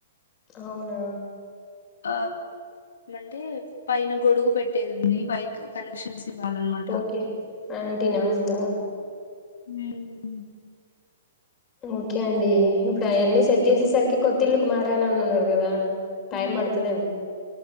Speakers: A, on the left; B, on the left.
A: అవునా
B: ఆ ఏమంటే పైన గొడుగు పెట్టేది ఉంది వైర్ కనెక్షన్స్ ఇవ్వాలనమాట
A: ఓకే ఆంటీనా ఉందా
B: హ్మ్
A: ఓకే అండి ఇప్పుడు అయన్నీ సెట్ చేసేసరికి కొత్తి ఇల్లుకు మారా అన్నారు కదా తామే
B: ఉమ్.
A: పడతది ఏమో